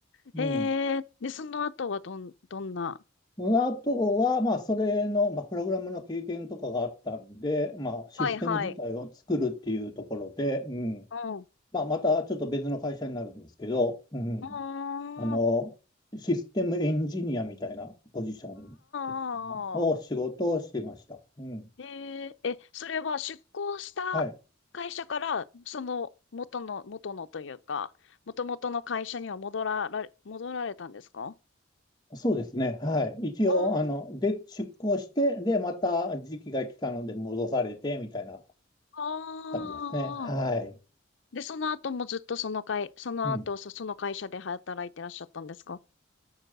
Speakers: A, on the left; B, on the left.
A: い。
B: へえ、
A: うん。
B: で、その後はどん、どんな。
A: あとは、まあ、それの、まあ、プログラムの経験とかがあったんで、まあ、システム自体を作るっていうところで、
B: はいはい。
A: うん。
B: うん。う
A: まあ、またちょっと別の会社になるんですけど、うん。
B: ーん。
A: あの、
B: あ
A: システムエンジニアみたいなポジションというのを仕事をしてました。
B: あ、
A: うん。
B: へえ、え、それは出向した会社から、
A: はい。
B: その元の、元のというか、元々の会社には戻ら、ら戻られたんですか
A: そうですね。はい。一応、
B: あ
A: あの、で、出向して、で、また時期が来たので戻されて、みたいな
B: あー。
A: 感じですね。はい。
B: で、その後もずっとその会、その後、
A: うん。
B: そ、その会社で働いてらっしゃったんですか